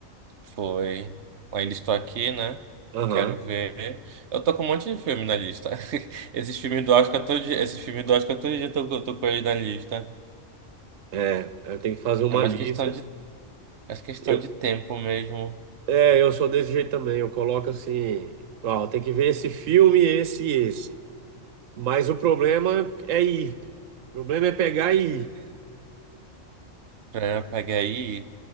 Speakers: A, on the right; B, on the right.
A: Foi. Ainda estou aqui, né?
B: Aham.
A: Quero ver. Eu tô com um monte de filme na lista. <laughs> Esses filmes do Oscar todo dia, esses filmes do Oscar todo dia eu tô, eu tô com eles na lista.
B: É, eu tenho que fazer uma
A: É mais
B: lista.
A: questão de, mais questão
B: Eu,
A: de tempo mesmo
B: é, eu sou desse jeito também. Eu coloco assim, ó, tem que ver esse filme, esse e esse. Mas o problema é ir. O problema é pegar e ir.
A: pra pegar aí.